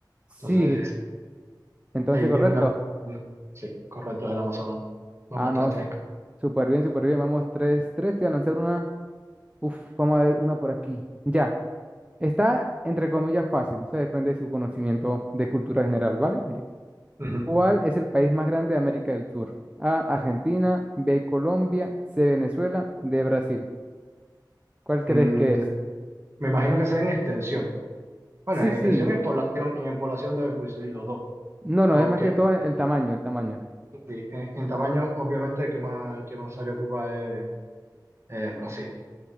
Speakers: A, on the right; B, on the right.
A: Sí,
B: Entonces,
A: entonces
B: ahí
A: correcto.
B: tiende la... Sí, correcto, es el Amazonas. Vamos,
A: Ah, no,
B: tres tres.
A: súper bien, súper bien. Vamos, tres, tres, te voy a lanzar una. Uf, vamos a ver una por aquí. Ya. Está, entre comillas, fácil. Eso depende de su conocimiento de cultura general, ¿vale? Mire,
B: Ujú.
A: ¿cuál es el país más grande de América del Sur? A, Argentina, B, Colombia, C, Venezuela, D, Brasil. ¿Cuál
B: Mm,
A: crees que es?
B: me imagino que sea en extensión. Bueno,
A: Sí,
B: en
A: sí.
B: extensión, en población, en población deben coincidir los dos.
A: No, no,
B: porque
A: es más que todo el tamaño, el tamaño.
B: Sí, en, en tamaño, obviamente, el que más, el que más área ocupa es, es Brasil.